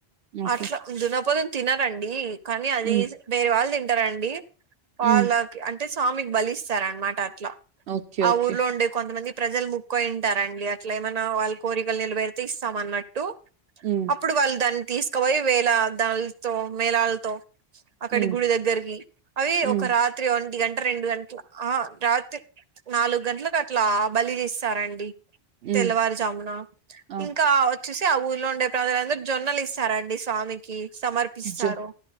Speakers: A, on the right; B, on the right.
A: ఓకే
B: అట్ల దున్నపోతుని తినరండి కానీ అది
A: ఉమ్
B: వేరే వాళ్ళు తింటారండి వాళ్ళ
A: ఉమ్
B: అంటే స్వామికి బలిస్తార అనమాట అట్లా
A: ఓకే
B: ఆ
A: ఓకే
B: ఊర్లో ఉండే కొంతమంది ప్రజలు ముక్కయింటారండి అట్ల ఏమైన వాళ్ళ కోరికలు నిలబెరితే ఇస్తాం అన్నట్టు టు
A: ఉమ్
B: అప్పుడు వాళ్ళు దాన్ని తీసుకుపోయి వేల దానితో మేళాలతో అక్కడి
A: ఉమ్
B: గుడి దగ్గరికి అవి
A: ఉమ్
B: ఒక రాత్రి ఒంటి గంట రెండు గంటల ఆహ రాత్రి నాలుగు గంటలకు అట్లా బలి తీస్తారండి తెల్లవారుజామున
A: ఉమ్ ఆ
B: ఇంకా చూసి ఆ ఊర్లో ఉండే ప్రజలందరూ జొన్నలు ఇస్తారండి స్వామికి సమర్పిస్తారు
A: జొ